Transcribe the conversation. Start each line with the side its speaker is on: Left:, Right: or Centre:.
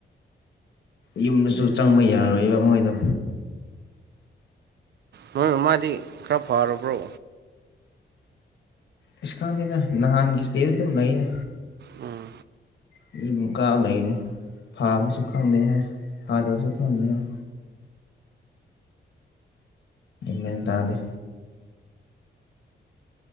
Left: ꯌꯨꯝꯗꯁꯨ ꯆꯪꯕ ꯌꯥꯔꯣꯏꯕ ꯃꯣꯏꯗꯣ
Right: ꯅꯣꯏ ꯃꯃꯥꯗꯤ ꯈꯔ ꯐꯔꯕ꯭ꯔꯣ
Left: ꯑꯁ ꯈꯪꯗꯦꯅ ꯅꯍꯥꯟꯒꯤ ꯏꯁꯇꯦꯖ ꯑꯗꯨꯝ ꯂꯩꯅ
Right: ꯎꯝ
Left: ꯃꯤ ꯑꯗꯨꯝ ꯀꯥꯕ ꯂꯩꯅꯤ ꯐꯥꯕꯁꯨ ꯈꯪꯗꯦ ꯍꯥꯏ ꯐꯥꯗꯕꯁꯨ ꯈꯪꯗꯦ ꯍꯥꯏ ꯃ ꯇꯥꯜꯂꯤꯦ